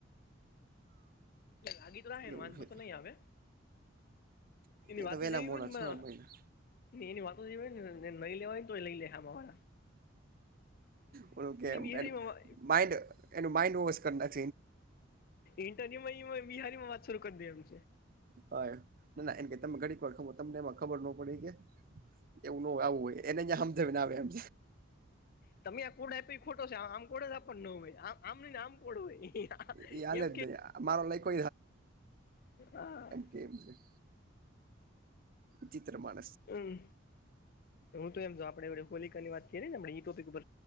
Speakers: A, on the left; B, on the right.
A: લાગી તો રાખે ને
B: એવું
A: વાંધ
B: છે
A: તો
B: તે
A: નહી આવે એની
B: એ
A: વાતો
B: તો વેલા
A: જેવી
B: મોડા
A: હોય ને
B: છ મહિના
A: ન એની વાતો જેને નહી લેવાય તો એ લઈ લે અમા
B: ઓ કે
A: બિહારીમાં
B: માન્ડ એનું માઇન્ડ વવ કર ના
A: ઇન્ટરવ્યુમાં બિહારીમાં વાત શરૂ કરી દમ
B: હા ના ના એમ કે તમે ઘડીક વાર ખબર તમને એમાં ખબર ન પડી કે એવું ન હોય આવું હોય એને જ આમજને આવે એમ
A: તમે આ કોુડ આપ્યો ખોટો છે આમ કોડ આપ ન હોય આ આમ ન આમ કોડો હોય
B: એ હાલે
A: એમ
B: જ
A: કે
B: નહી મારો લઈખો
A: હ હા
B: ગમઝ ચિત્રમાં
A: હમ હું તો એમ જો આપણેે હોલિક ની વાત કરીએ ને ટોપિક ઉપ